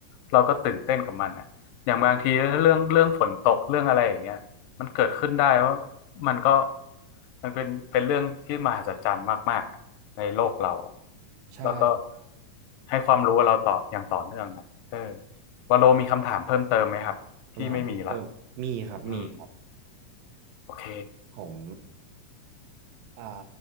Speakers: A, on the left (about 80°); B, on the right (about 85°).
A: เราก็ตื่นเต้นกับมันอะอย่างบางทีถ้าเรื่องเรื่องฝนตกเรื่องอะไรอย่างเงี้ยมันเกิดขึ้นได้ว่ามันก็มันเป็นเป็นเรื่องที่มหัศจรรย์มากๆอะในโลกเรา
B: ใช่
A: แล้วก็ให้ความรู้เราต่ออย่างต่อเนื่องนะเออวาโลมีคำถามเพิ่มเติมไหมครับพี่ไม่มีละ
B: คำถามเพิ่มเติมมีครับมีครับ
A: อืมโอเค
B: ผม อ่า